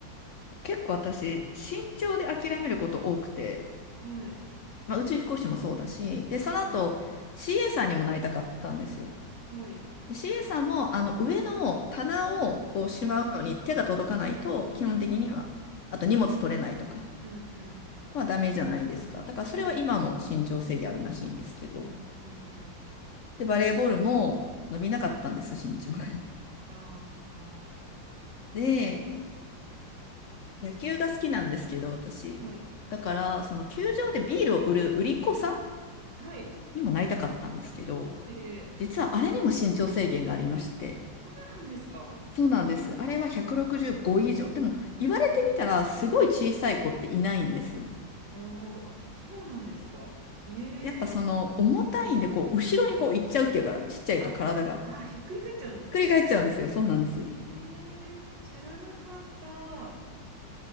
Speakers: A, on the left (about 70°); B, on the right (about 75°).
A: 結構私、慎重で諦めること多くて、
B: はい。
A: まあ、宇宙飛行士もそうだし、で、その後、
B: はい。
A: CA さんにもなりたかったんですよ。
B: はい。
A: で CA さんも、あの、上の棚をこうしまうのに手が届かないと、
B: はい。
A: 基本的には、
B: はい。
A: あと荷物取れないとか
B: うん。うん。うん。
A: はダメじゃないですか。
B: うん。
A: だからそれは今も身長制限あるらしいんですけど。
B: はい。うん。うん。うん。うん。
A: で、バレーボールも伸びなかったんです、身長が。
B: ああ、そっか。
A: で、野球が好きなんですけど、私。
B: はい。
A: だから、その球場でビールを売る売り子さん
B: はい。
A: にもなりたかったんですけど、
B: ええ。
A: 実はあれにも身長制限がありまして、
B: え、そうなんですか
A: そうなんです。あれは165以上。でも、言われてみたら、すごい小さい子っていないんですよ。
B: ああ、そうなんですか。へえ。
A: やっぱその、重たいんで、こう、後ろにこう、行っちゃうっていうか、ちっちゃいと体が。
B: あ、
A: ひっ
B: あひっくり返っちゃうんですね。
A: くり返っちゃうんですよ。そうなんです。
B: ええ、知らなかった。